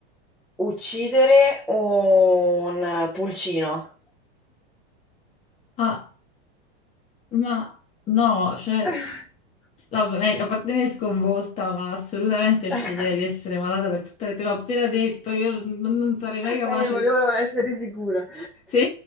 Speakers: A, in the centre; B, on the left.
A: uccidere un pulcino.
B: Ah, ma no, cioè,
A: <laughs>
B: vabbè, eh, a parte me sconvolta, ma assolutamente sceglierei
A: Ecco,
B: di essere malata per tutte le... Te l'ho appena detto, io non, non sarei mai capace
A: eh, volevo essere sicura. <laughs>
B: Se...